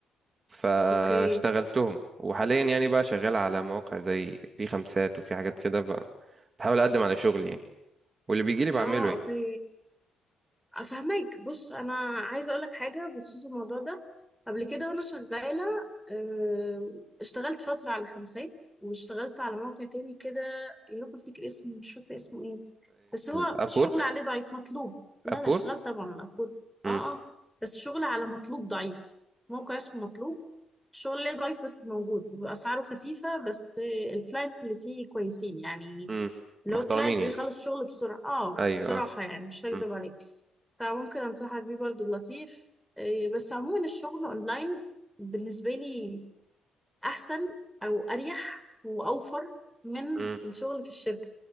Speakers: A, on the right; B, in the centre.
A: فاشتغلتهم
B: أوكي
A: وحاليا يعني بقى شغال على مواقع زي في خمسات وفي حاجات كده بقى بحاول اقدم على شغل يعني واللي بيجي لي بعمله
B: اه
A: يعني
B: أوكي افهمك بص انا عايزه اقول لك حاجه بخصوص الموضوع ده قبل كده وانا شغاله آه، اشتغلت فتره على خمسات واشتغلت على موقع تاني كده يا رب افتكر اسمه مش فاكره اسمه ايه بس هو
A: ابورك
B: الشغل عليه ضعيف مطلوب لا
A: ابورك
B: لا اشتغلت طبعا المفروض
A: امم
B: اه اه بس الشغل على مطلوب ضعيف موقع اسمه مطلوب الشغل عليه ضعيف بس موجود واسعاره خفيفه بس الكلاينتس اللي فيه كويسين يعني
A: امم
B: لو
A: محترمين
B: كلاينت
A: يعني
B: بيخلص شغل بسرعه اه
A: ايوه
B: بصراحه
A: اه
B: يعني مش هكدب
A: مم،
B: عليك فممكن انصحك بيه برضو لطيف إيه، بس عموما الشغل اونلاين بالنسبه لي احسن او اريح واوفر من
A: مم،
B: الشغل في الشركه